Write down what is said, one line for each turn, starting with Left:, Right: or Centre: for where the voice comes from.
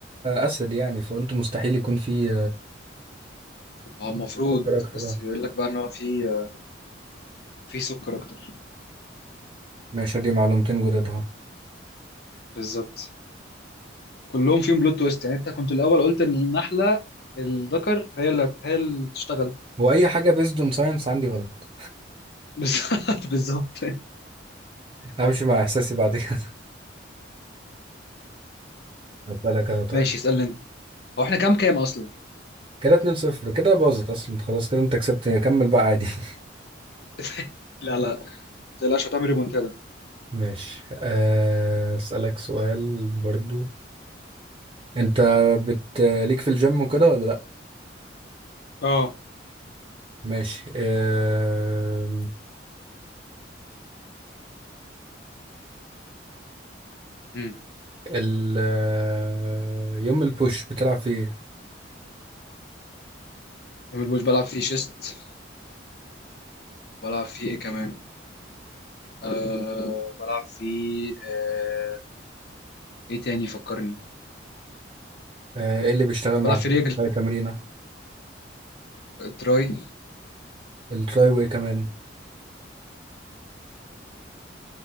Right: اسد يعني فقلت مستحيل يكون فيه
Left: ما هو المفروض
Right: سكر اكتر
Left: بس
Right: آه.
Left: بيقول لك بقى ان هو فيه آه، فيه سكر اكتر
Right: ماشي دي معلومتين جداد اهو
Left: بالظبط كلهم فيهم بلوت تويست يعني انت كنت الاول قلت ان النحله الذكر هي اللي هي اللي بتشتغل
Right: واي حاجه بيزد اون ساينس عندي غلط
Left: <laughs> بالظبط بالظبط
Right: همشي مع احساسي بعد كده <laughs> هسألك انا طيب
Left: ماشي اسالني انت هو احنا كام كام اصلا
Right: كده 2-0 كده باظت اصلا خلاص كده انت كسبت كمل بقى عادي <laughs>
Left: <laughs> لا لا ما تقلقش هتعمل ريمونتادا
Right: ماشي آه، أسألك سؤال برضو انت بت ليك في الجيم وكده ولا لا
Left: اه
Right: ماشي آه،
Left: امم
Right: ال آه، يوم البوش بتلعب فيه ايه
Left: يوم البوش بلعب فيه شيست بلعب فيه ايه كمان آه بلعب فيه آه ايه تاني فكرني
Right: آه، ايه اللي بيشتغل مع
Left: بلعب
Right: الحاجة
Left: فيه رجل
Right: تمرينة
Left: تراي
Right: التراي وايه كمان